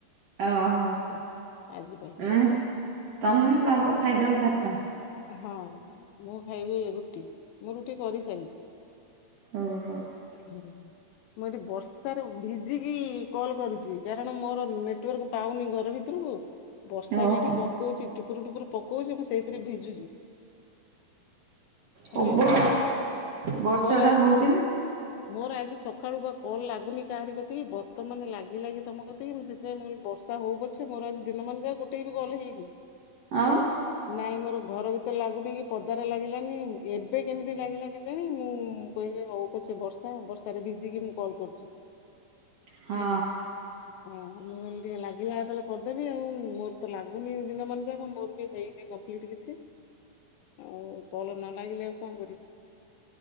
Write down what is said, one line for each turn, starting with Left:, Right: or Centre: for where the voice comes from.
Right: ଓହୋ
Left: ଆଜି ଆଜି ପାଇଁ
Right: ମାନେ ତମ ବାବୁ ଖାଇଦେବ ଭାତ।
Left: ହଁ ମୁଁ ଖାଇବି ରୁଟି ମୁଁ ରୁଟି କରିସାରିଛି।
Right: ଓ ହୋ।
Left: ହୁଁ। ମୁଁ ଏଠି ବର୍ଷାରେ ଭିଜିକି କଲ୍ କରୁଛି। କାରଣ ମୋର ନେଟୱାର୍କ ପାଉନି ଘର ଭିତରକୁ ବର୍ଷା
Right: ଓହୋ
Left: ବି ଏଇଠି ପକଉଛି ଟୁପୁରୁ ଟୁପୁରୁ ପକଉଛି ମୁଁ ସେଇଥିରେ ଭିଜୁଛି। ହେଲା
Right: ପ୍ରବଳ ବର୍ଷା
Left: ମୋର
Right: ଟା
Left: ଆଜି
Right: ହଉଛି ନା
Left: ମୋର ଆଜି ସକାଳୁ ବା କଲ୍ ଲାଗୁନି କାହାରି କତକି ବର୍ତ୍ତମାନ ଲାଗି ଲାଗି ତମ କତକି ମୁଁ ସେଥିପାଇଁ ମୁଁ କହିଲି ବର୍ଷା ହଉ ପଛେ ମୋର ଆଜି ଦିନ ମାନ ଯାକ ଗୋଟେ ବି କଲ ହେଇନି।
Right: ଆଉ।
Left: ନାଇଁ ମୋର ଘର ଭିତରେ ଲାଗୁନି କି ପଦାରେ ଲାଗିଲାନି ଏବେ କେମିତି ଲାଗିଲା କେଜାଣି ମୁଁ କହିଲି ହଉ ପ ସେ ବର୍ଷା ବର୍ଷାରେ ଭିଜିକି ମୁଁ କଲ୍ କରୁଛି।
Right: ହଁ।
Left: ହେଲା। ହଁ ମୁଁ କହି ଟିକେ ଲାଗିଲା ତାହେଲେ କରିଦେବି ଆଉ ମୋର ତ ଲାଗୁନି ଦିନ ମାନଯାକ ମୋର ବି ହେଇନି ଆଉ କଲ ନ ଲାଗିଲେ ଆଉ କଣ କରିବୁ।